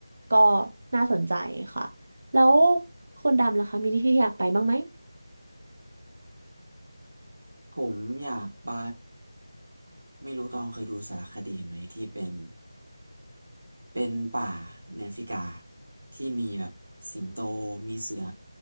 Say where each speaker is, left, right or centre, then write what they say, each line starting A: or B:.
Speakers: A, on the right; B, on the right.
A: ก็น่าสนใจค่ะแล้วคุณดำล่ะคะมีที่ที่อยากไปบ้างไหม
B: ผมอยากไปไม่รู้ตองเคยดูสารคดีไหมที่เป็นเป็นป่าในแอฟริกาที่มีแบบสิงโตมีเสือ